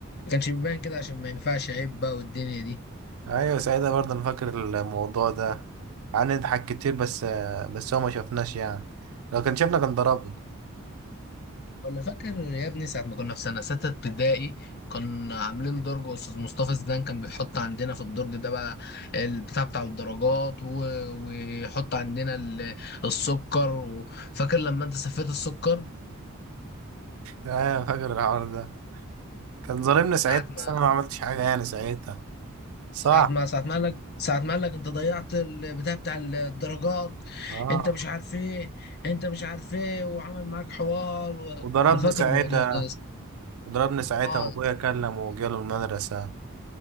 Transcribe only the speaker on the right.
ايوه ساعتها برضه انا فاكر الموضوع ده قعدنا نضحك كتير بس بس هو ما شافناش يعني لو كان شافنا كان ضربنا
ايوه فاكر الحوار ده كان ظالمنا ساعتها
بس انا ما عملتش حاجه يعني ساعتها صح
اه
وضربني
ساعتها
وضربني ساعتها
وابويا كلم وجاله المدرسة